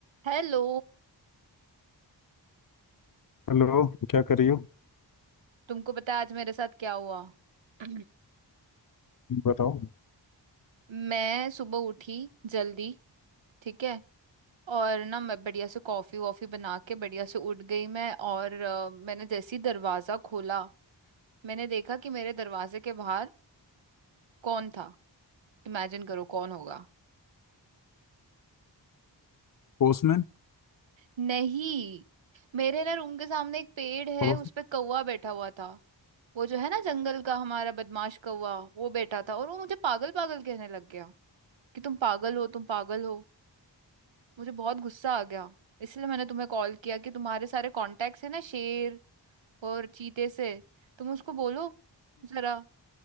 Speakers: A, on the right; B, on the left.
A: Hello
B: Hello क्या कर रही हो
A: तुमको पता है आज मेरे साथ क्या हुआ <clears throat>
B: बताओ
A: मैं सुबह उठी जल्दी ठीक है और ना मैं बढ़िया से कॉफी वॉफी बना के बढ़िया से उठ गई मैं और अ, मैंने जैसे ही दरवाजा खोला मैंने देखा कि मेरे दरवाजे के बाहर कौन था इमेजिन करो कौन होगा
B: पोस्टमैन
A: नहीं मेरे ना रूम के सामने एक पेड़ है
B: पड़ोस
A: उस पे कौवा बैठा हुआ था वो जो है ना जंगल का हमारा बदमाश कौवा वो बैठा था और वो मुझे पागल पागल कहने लग गया कि तुम पागल हो तुम पागल हो मुझे बहुत गुस्सा आ गया इसलिए मैंने तुम्हें कॉल किया कि तुम्हारे सारे कॉन्टेक्ट्स है ना शेर और चीते से तुम उसको बोलो जरा